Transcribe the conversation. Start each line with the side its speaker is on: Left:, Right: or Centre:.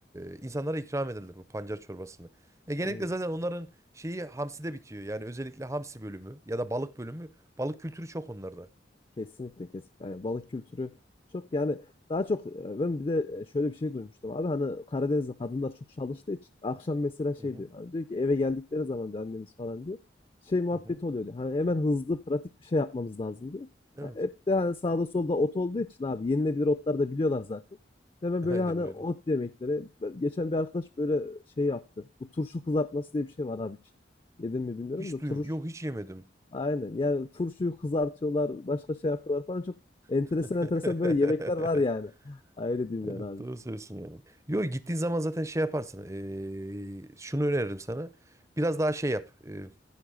Right: e, insanlara ikram ederler bu pancar çorbasını. E genellikle
Left: Aynen.
Right: zaten onların şeyi hamside bitiyor. Yani özellikle hamsi bölümü ya da balık bölümü. Balık kültürü çok onlarda.
Left: Kesinlikle, kesinlikle. Yani Balık kültürü çok yani daha çok eee, ben bir de eee, şöyle bir şey duymuştum abi hani Karadeniz'de kadınlar çok çalıştığı için akşam mesela şey
Right: Hı hı,
Left: diyor hani diyor ki eve geldikleri zaman diyor annemiz falan diyor şey muhabbeti
Right: hı hı.
Left: oluyor diyor. Hani hemen hızlı pratik bir şey yapmamız lazım diyor.
Right: Evet.
Left: Ha, hep de hani sağda solda ot olduğu için abi yenilebilir otlar da biliyorlar zaten. Hemen
Right: <laughs>
Left: böyle
Right: Aynen
Left: hani
Right: öyle.
Left: ot yemekleri. Ben- Geçen bir arkadaş böyle şey yaptı. Bu turşu kızartması diye bir şey var abi hiç. Yedim mi bilmiyorum
Right: Hiç
Left: da turşu
Right: duyum. Yok hiç yemedim.
Left: Aynen. Yani turşuyu kızartıyorlar, başka şey yapıyorlar falan. Çok enteresan
Right: <laughs>
Left: enteresan böyle yemekler var yani. <laughs> Ha, Öyle diyeyim
Right: Evet
Left: yani abi.
Right: doğru söylüyorsun yani. Yo gittiğin zaman zaten şey yaparsın. Ee, şunu öneririm sana. Biraz daha şey yap. ee,